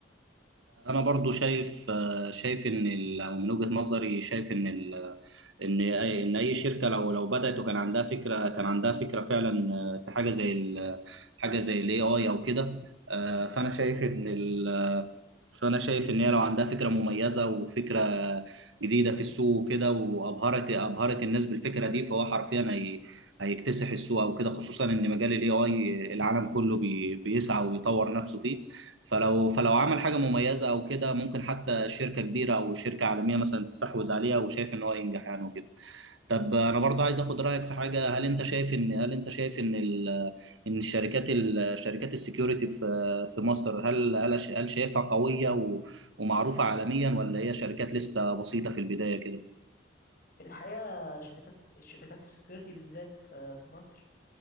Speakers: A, on the right; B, on the left.
A: انا برضو شايف شايف ان ال- او من وجهة نظري شايف ان ال- ان اي ان اي شركه لو لو بدات وكان عندها فكره كان عندها فكره فعلا في حاجه زي ال- حاجه زي الاي اي او كده آه، فانا شايف ان ال- فانا شايف ان هي لو عندها فكره مميزه وفكره جديده في السوق وكده وابهرت ابهرت الناس بالفكره دي فهو حرفيا هي هيكتسح السوق او كده خصوصا ان مجال الاي اي العالم كله بي بيسعى ويطور نفسه فيه فلو فلو عمل حاجه مميزه او كده ممكن حتى شركه كبيره او شركه عالميه مثلا تستحوذ عليها وشايف ان هو ينجح يعني وكده طب انا برضه عايز اخد رايك في حاجه هل انت شايف ان هل انت شايف ان ال- ان الشركات ال- شركات السكيورتي في مصر هل هل هل شايفها قوية و- ومعروفة عالميا ولا هي شركات لسه بسيطة في البداية كده؟
B: في الحقيقة شركات الشركات السكيورتي بالذات آه، في مصر